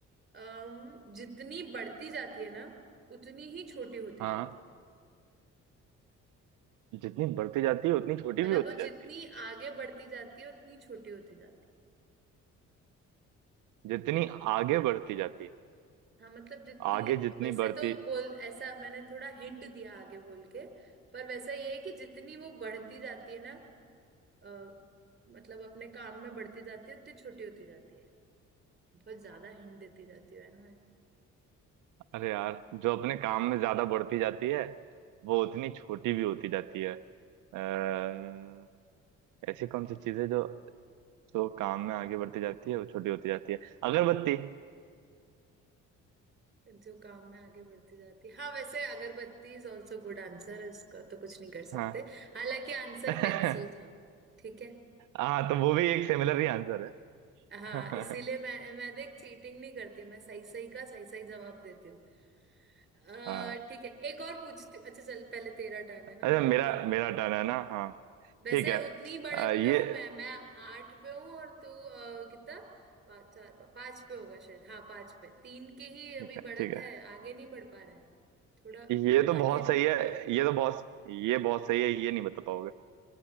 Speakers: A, on the right; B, on the right.
A: अम, जितनी बढ़ती जाती है ना उतनी ही छोटी होती
B: हाँ
A: जाती है
B: जितनी बढ़ती जाती है उतनी छोटी
A: मतलब
B: भी होती
A: वो
B: जाती
A: जितनी
B: है
A: आगे बढ़ती जाती है उतनी छोटी होती जाती है
B: जितनी आगे बढ़ती जाती है
A: हाँ मतलब जितनी
B: आगे जितनी
A: वैसे
B: बढ़ती
A: तो बोल ऐसा मैंने थोड़ा हिंट दिया आगे बोल के पर वैसा ये है कि जितनी वो बढ़ती जाती है ना अ, मतलब अपने काम में बढ़ती जाती है उतनी छोटी होती जाती है बहुत ज्यादा हिंट देती जाती है यार मैं
B: अरे यार जो अपने काम में ज्यादा बढ़ती जाती है वो उतनी छोटी भी होती जाती है अह, ऐसी कौन सी चीजें जो जो काम में आगे बढ़ती जाती है वो छोटी होती जाती है अगरबत्ती
A: जो काम में आगे बढ़ती जाती है हाँ वैसे अगरबत्ती इज ऑल्सो गुड आंसर है उसका तो कुछ नहीं कर सकते
B: हाँ
A: हालांकि आंसर
B: <laughs>
A: पेंसिल था ठीक है
B: हाँ तो वो भी एक सिमिलर ही आंसर है
A: हाँ
B: <laughs>
A: इसीलिए मैं मैं देख चीटिंग नहीं करती मैं सही सही का सही सही जवाब देती हूँ अ,
B: हाँ
A: ठीक है एक और पूछती हूँ अच्छा चल पहले तेरा टर्न है
B: अच्छा
A: ना
B: मेरा
A: तू पूछ
B: मेरा टर्न है ना हाँ
A: वैसे
B: ठीक है
A: उतनी बढ़त
B: अह, ये
A: पे हूँ मैं मैं आठ पे हूँ और तू अ, कितना पाँच चार पा, पाँच पे होगा शायद हाँ पाँच पे तीन के ही अभी
B: ठीक है
A: बढ़त
B: ठीक
A: है
B: है
A: आगे नहीं बढ़ पा रहा है थोड़ा
B: ये तो
A: कठिन
B: बहुत सही है ये तो बहुत ये बहुत सही है ये नहीं बता पाओगे